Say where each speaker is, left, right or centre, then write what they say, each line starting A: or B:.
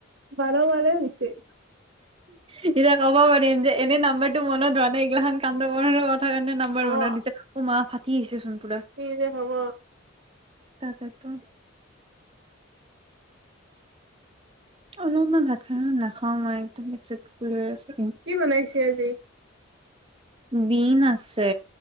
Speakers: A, on the right; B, on the right.
A: বাৰে বাৰেই হৈছে।
B: এতিয়া ক'ব পাৰিম যে এনে নাম্বাৰটো মনত হোৱা নাই এইগিলা কাণ্ড কৰিব কাৰণেহে কাৰণে নাম্বাৰ বনাই
A: অ
B: দিছে, অ মা ফাটি আহিছে চোন পুৰা।
A: কি যে হব।
B: তাকেতো। অলপমান ভাত খালো নাখাও মই একদম পেট চেট ফুল হৈ আছে।
A: কি বনাইছে আজি?
B: বিন আছে।